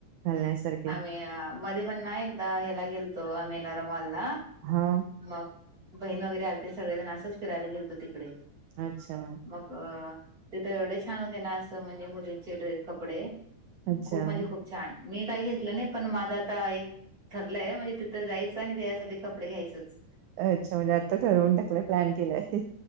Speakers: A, on the right (about 75°); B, on the right (about 25°).
A: घालण्यासारखे
B: आम्ही आ मधे पण ना एकदा ह्याला गेल- -तो आम्ही नरमालला
A: हा
B: मग- बहीण वगैरे आलते. सगळेजण असच फिरायला गेलतो तिकडे.
A: अच्छा.
B: मग तिथं एवढे छान होते ना? असं म्हणजे मुलींचे कपडे-
A: अच्छा
B: खूप म्हणजे खूप छान. मी काही घेतलं नाही पण माझ आता एक- ठरलंय. म्हणजे तिथं जायचं आणि तिच्यासाठी कपडे घ्यायचंच.
A: अच्छा. म्हणजे आत्ता ठरवून टाकलंय. प्लॅन केलाय.